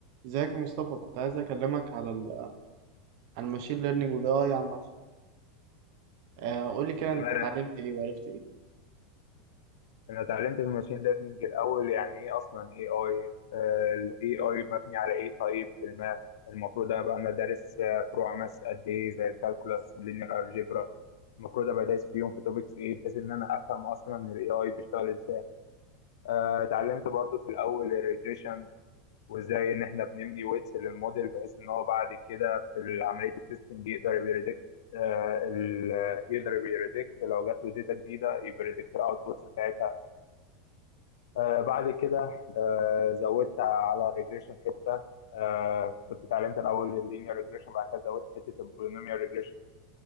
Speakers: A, on the right (about 55°); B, on the left (about 85°).
A: ازيك يا مصطفى كنت عايز اكلمك على ال على الماشين ليرنينج والاي اي عامه آه، قول لي كده
B: تمام
A: انت اتعلمت ايه وعرفت ايه
B: انا اتعلمت في الماشين ليرنينج الاول يعني ايه اصلا اي اي الاي اي مبني على ايه طيب في الماث المفروض ابقى انا دارس آه، فروع ماث قد ايه زي الكالكولاس اللينير الجبرا المفروض ابقى دايس فيهم في توبكس ايه بحيث ان انا افهم اصلا الاي اي بيشتغل ازاي آه، اتعلمت برضو في الاول الريجريشن وازاي ان احنا بنبني ويتس للموديل بحيث ان هو بعد كده في عمليه التستنج يقدر يبريدكت آه، ال- يقدر يبريدكت لو جات له داتا جديده يبريدكت الاوتبوتس بتاعتها آه بعد كده آه زودت على الريجريشن حته آه كنت اتعلمت الاول اللينير ريجريشن بعد كده زودت حته البولينوميال ريجريشن